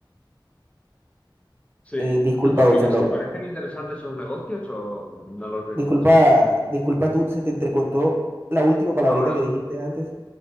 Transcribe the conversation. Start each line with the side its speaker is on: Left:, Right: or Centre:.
Left: Sí.
Right: Eh, disculpa,
Left: ¿Tú qué opinas?
Right: Gonzalo.
Left: ¿Te parecen interesantes esos negocios o no los ves?
Right: Disculpa, disculpa tú, se te entrecontó la última palabrita
Left: Ahora,
Right: que dijiste antes.